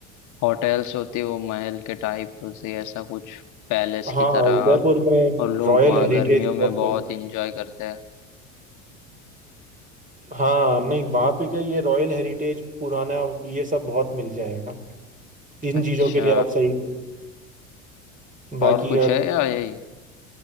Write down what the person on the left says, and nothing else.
होटल्स होती है वो महल के टाइप होती है ऐसा कुछ पैलेस
की तरह
और लोग
वहाँ
गर्मियों
में बहुत
इंजॉय करते हैं
अच्छा
और कुछ
है या यही